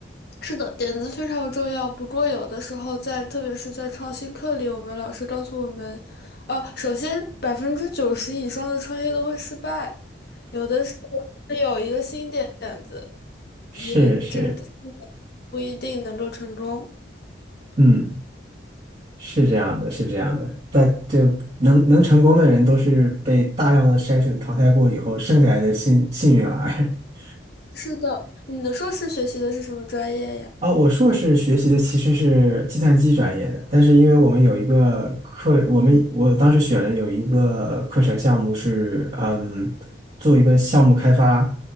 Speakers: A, on the left; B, on the right.
A: 是的，点子非常重要。不过，有的时候在，特别是在创新课里，我们老师告诉我们，呃，首先百分之九十以上的创业都会失败，有的时候是有一个新点子，
B: 是是，
A: 也这不一定能够成功。
B: 嗯，是这样的，是这样的。但就能能成功的人都是被大量的筛选淘汰过以后剩下来的幸幸运儿。<laughs>
A: 是的，你的硕士学习的是什么专业呀？
B: 啊，我硕士学习的其实是计算机专业的，但是因为我们有一个课，我们我当时选了有一个课程项目是，嗯，做一个项目开发，